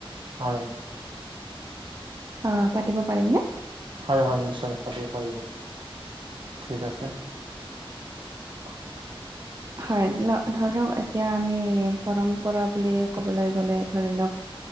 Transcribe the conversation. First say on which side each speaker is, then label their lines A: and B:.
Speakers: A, on the right; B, on the right.
A: হয়।
B: অ' পাতিব পাৰিম নে?
A: হয়-হয়, নিশ্চয় পাতিব পাৰিব, ঠিক আছে। <inaudible>
B: হয়, ধৰক এতিয়া আমি পৰম্পৰা বুলি ক'বলৈ গ'লে, ধৰি লওক